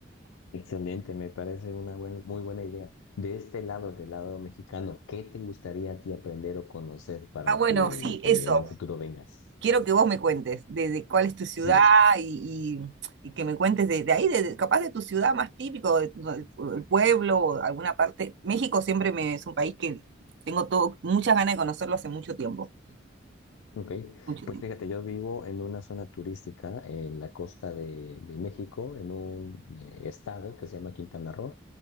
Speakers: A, on the left; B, on the right.
A: Excelente, me parece una buena, muy buena idea. De este lado, del lado mexicano, ¿qué te gustaría a ti aprender o conocer para
B: Ah, bueno,
A: que
B: sí,
A: eh,
B: eso.
A: en un futuro vengas?
B: quiero que vos me cuentes de, de cuál es tu ciudad
A: Dime.
B: y, y- y que me cuentes de, de ahí, de, de- capaz de tu ciudad más típico, de- del del pueblo o de alguna parte. México siempre me, es un país que tengo todo, muchas ganas de conocerlo hace mucho tiempo,
A: Ok,
B: mucho
A: pues
B: tiempo.
A: fíjate, yo vivo en una zona turística en la costa de, de México, en un eh, estado que se llama Quintana Roo,